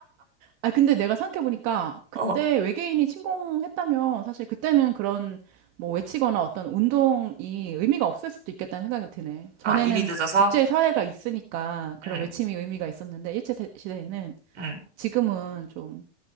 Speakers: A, on the right; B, on the right.
A: 아, 근데 내가 생각해보니까 그때
B: 어.
A: 외계인이 침공했다면 사실 그때는 그런 뭐 외치거나 어떤 운동이 의미가 없을 수도 있겠다는 생각이 드네. 전에는
B: 아, 이미 늦어서?
A: 국제사회가 있으니까 그런
B: 응,
A: 외침이 의미가 있었는데 일제 세- 시대에는
B: 응.
A: 지금은 좀